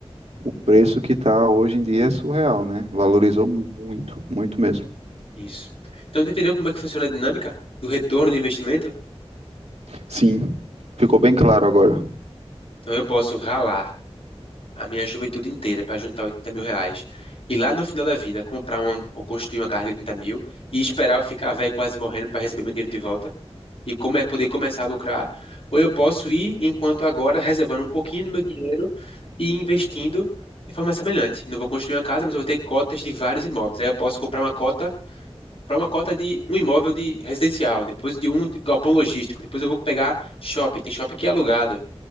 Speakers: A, on the right; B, on the left.
A: o preço que está hoje em dia é surreal, né? Valorizou mu- muito, muito mesmo.
B: Isso. Então, tu entendeu como é que funciona a dinâmica do retorno do investimento?
A: Sim, ficou bem claro agora.
B: Então, eu posso ralar a minha juventude inteira para juntar 80 mil reais e lá no final da vida comprar uma, ou construir uma casa de 80 mil e esperar eu ficar velho quase morrendo para receber meu dinheiro de volta e como é poder começar a lucrar. Ou eu posso ir enquanto agora reservando um pouquinho do meu dinheiro e investindo de forma semelhante. Não vou construir uma casa, mas eu vou ter cotas de vários imóveis. Aí eu posso comprar uma cota para uma cota de um imóvel de residencial, depois de um de galpão logístico, depois eu vou pegar shopping, tem shopping que é alugado,